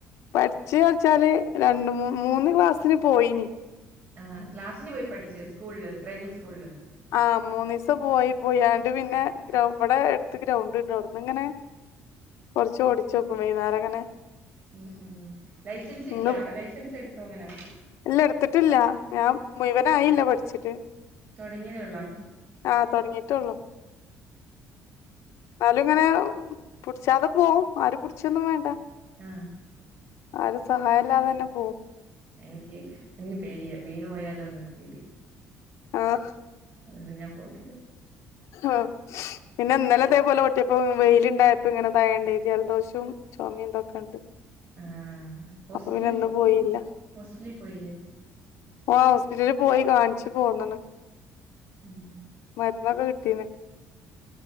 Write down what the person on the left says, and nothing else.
പഠിച്ചൂ വെച്ചാല് രണ്ടൂ മൂന്ന് ക്ലാസ്സിന് പോയിന്
ആഹ് മൂന്ന് ദിവസം പോയി പോയാണ്ട് പിന്നെ ഗ്ര ഇവിടെ അടുത്ത് ഗ്രൗണ്ട് ഇണ്ട് അവിടന്ന് ഇങ്ങനെ കുറച്ച് ഓടിച്ച്നോക്കും വൈകുന്നേരം അങ്ങനെ
ഇന്ന്
ഇല്ല എടുത്തിട്ടില്ല ഞാൻ മുഴുവനായില്ല പഠിച്ചിട്ട്
ആഹ് തൊടങ്ങിട്ടുള്ളൂ എന്നാലും ഇങ്ങനെ പുടിച്ചാതെ പോവും ആരും പിടിച്ചൊന്നും വേണ്ട
ആരും സഹായല്ലാതെ തന്നെ പോകും
ആഹ്
ആഹ് പിന്നെ ഇന്നലെ അതേപോലെ ഓട്ടിയപ്പോ വെയില് ഇണ്ടായപ്പോ ഇങ്ങനെ തായേണ്ട് ജലദോഷം ചൊമയും ഇതൊക്കെ ഉണ്ട്
അപ്പൊ പിന്നെ ഇന്ന് പോയില്ല
ഓഹ് ഹോസ്പിറ്റലില് പോയി കാണിച്ചു പോന്ന്ണ്
മരുന്നൊക്കെ കിട്ടീണ്